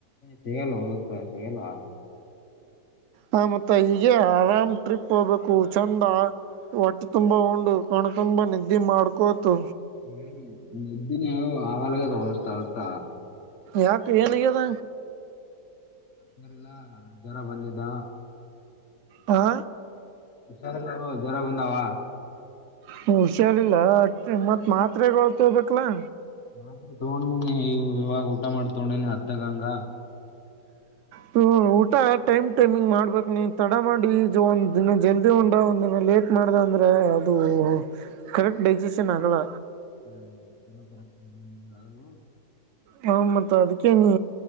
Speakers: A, on the left; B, on the right.
A: ತೆಗೆಲ್ಲ ದೋಸ್ತ ತೆಗೆಲ್ಲ.
B: ಹ ಮತ್ತ ಈಗೇ ಆರಾಮ್ ಟ್ರಿಪ್ ಹೋಗ್ಬೇಕು ಚಂದ. ಒಟ್ಟೆ ತುಂಬಾ ಉಂಡು ಕಣ ತುಂಬ ನಿದ್ದೆ ಮಾಡ್ಕೋತು.
A: ಹ್ಮ ನೀದ್ದೀನಿ ಅಗಲಗ್ಯಾಡೊ ಹೊರ್ತಾ ದೋಸ್ತ.
B: ಯಾಕ ಏನ್ ಆಗ್ಯದ.
A: ರಿಲ್ಲಾ ಜ್ವರ ಬಂದಿದ್ದ.
B: ಹಾ
A: ಹುಷಾರಿಲೋ ಜ್ವರ ಬಂದಾವ.
B: ಹ ಹುಷಾರಿಲ್ಲ ಮತ್ ಮಾತ್ರೆಗಳು ತೊಗ್ಬೇಕಲಾ.
A: ಮಾತ್ರೆ ತಗೊಂಡನಿ ಇ ಇವಾಗ ಊಟ ಮಾಡ್ ತಗೊಂಡೇನಿ ಹತ್ತಗಂಗ.
B: ಹ ಹ ಊಟ ಟೈಮ್ ಟೈಮಿಂಗ್ ಮಾಡ್ಬೇಕು ನೀ ತಡ ಮಾಡಿ ಒಂದ ದಿನ ಜಲ್ದಿ ಉಂಡಾ ಒಂದ್ ದಿನ ಲೇಟ್. ಮಾಡ್ದ ಅಂದ್ರ ಅದು ಕರೆಕ್ಟ್ ಡೈಜೆಷನ್ ಆಗಲ್ಲ.
A: <unintelligible>
B: ಹ ಮತ್ ಅದ್ಕೇ ನೀ